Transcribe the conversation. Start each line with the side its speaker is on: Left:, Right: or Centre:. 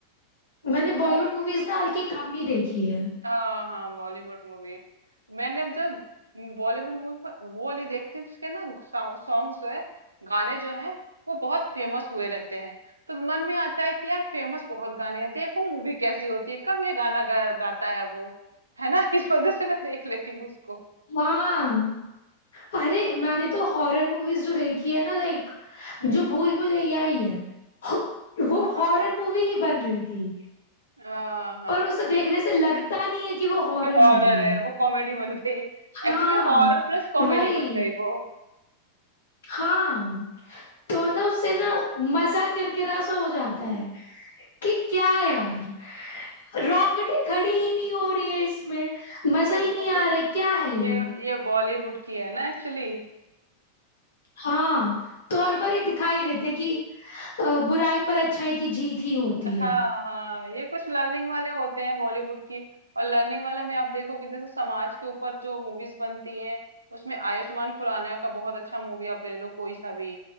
Right: उसके
Left: मैंने
Right: सॉन्ग
Left: बॉलीवुड मूवीज ना हल्की कम ही देखी है
Right: हाँ, हाँ, बॉलीवुड मूवी मैंने जो बॉलीवुड मूवी पर वो वाली देखती हूँ जिसके ना सॉन्ग्स जो है गाने जो हैं वो बहुत फेमस हुए रहते हैं तो मन में आता है कि यार फेमस बहुत गाने हैं देखो मूवी कैसी होती है कब ये गाना गा, गाता है वो है ना <laughs> इस वजह से मैं देख लेती हूँ उसको
Left: हाँ अरे मैंने तो हॉरर मूवीज जो देखी है ना लाइक
Right: हम्म
Left: जो भूल भुलैया ही है हो- वो
Right: हाँ
Left: हॉरर मूवी ही बन रही थी
Right: हाँ हाँ
Left: पर उसे देखने से लगता नहीं है कि वो हॉरर
Right: कि हॉरर
Left: मूवी है
Right: है वो कॉमेडी बन गई
Left: हाँ
Right: एक्चुअली हॉरर प्लस कॉमेडी
Left: वही
Right: बन गई वो
Left: हाँ तो ना उससे ना मजा करके रसा हो जाता है कि क्या यार रोंगटे खड़ी ही नहीं हो रही है इसमें मजा
Right: ये
Left: ही
Right: बॉली
Left: नहीं आ रहा है क्या है ये
Right: ये ये बॉलीवुड की है ना एक्चुअली
Left: हाँ तो हर बार ये दिखाई देते कि अ, बुराई पर अच्छाई की जीत ही होती
Right: हाँ
Left: है
Right: हाँ ये कुछ लर्निंग वाले होते हैं बॉलीवुड की और लर्निंग वाले में आप देखोगे जैसे समाज के ऊपर जो मूवीज बनती हैं उसमें आयुष्मान खुराना का बहुत अच्छा मूवी आप ले लो कोई सा भी